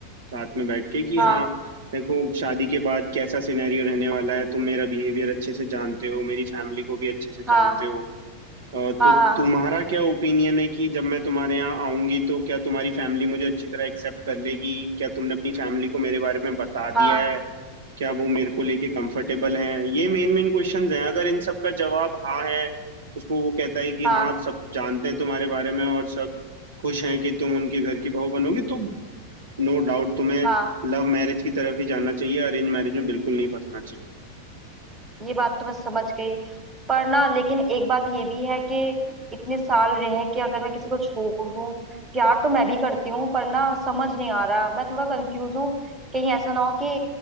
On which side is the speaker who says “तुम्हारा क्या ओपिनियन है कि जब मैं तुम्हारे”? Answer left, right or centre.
Right